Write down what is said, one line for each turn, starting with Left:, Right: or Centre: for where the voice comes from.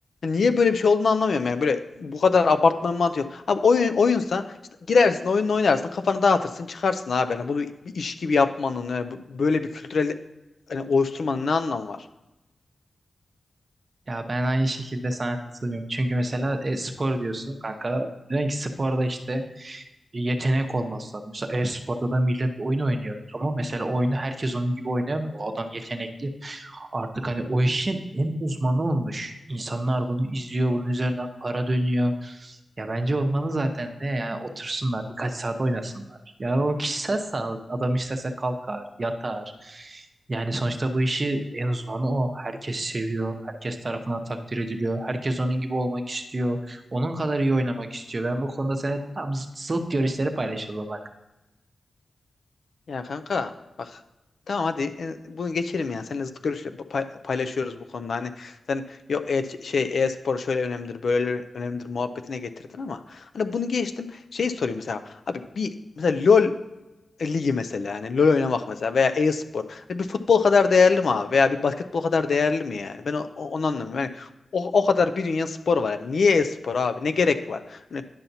Left: niye böyle bir şey olduğunu anlamıyorum yani böyle bu kadar abartmanın mantığı yok. Abi oyun oyunsa işte girersin oyunla oynarsın kafanı dağıtırsın çıkarsın abi. Yani bunu bir iş gibi yapmanın yani bu- böyle bir kültürel hani oluşturmanın ne anlamı var?
Right: Ya ben aynı şekilde sana katılıyorum. Çünkü mesela e, spor diyorsun kanka. Diyorsun ki sporda işte yetenek olması lazım. Mesela e-sporda da millet oyun oynuyor. Ama mesela oyunu herkes onun gibi oynayamıyor. O adam yetenekli. Artık hani o işin en uzmanı olmuş. İnsanlar bunu izliyor, bunun üzerinden para dönüyor. Ya bence olmalı zaten de yani otursunlar birkaç saat oynasınlar. Yani o kişisel sağlık. Adam istese kalkar, yatar. Yani sonuçta bu işi en uzmanı o. Herkes seviyor, herkes tarafından takdir ediliyor. Herkes onun gibi olmak istiyor. Onun kadar iyi oynamak istiyor. Ben bu konuda seninle tam zıt, zıt görüşleri paylaşıyorum.
Left: Ya kanka bak tamam hadi e, bunu geçelim ya. Seninle zıt görüş pa- paylaşıyoruz bu konuda. Hani sen yok e şey e-spor şöyle önemlidir, böyle önemlidir muhabbetine getirdin ama hani bunu geçtim. Şey sorayım mesela abi bir mesela LoL ligi mesela yani LoL oynamak mesela veya e-spor. Hani bir futbol kadar değerli mi abi veya bir basketbol kadar değerli mi yani? Ben o- o- onu anlamıyorum. Yani o, o kadar bir dünya spor var. Yani niye e-spor abi? Ne gerek var? Hani